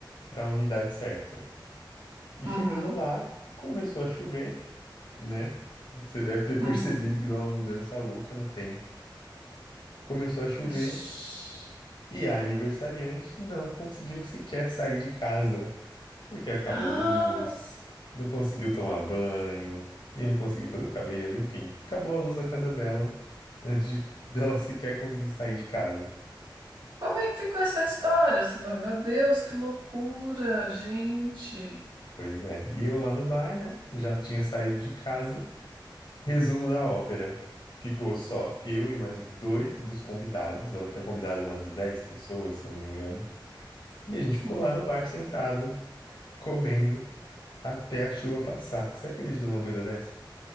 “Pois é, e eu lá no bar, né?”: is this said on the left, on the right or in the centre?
Left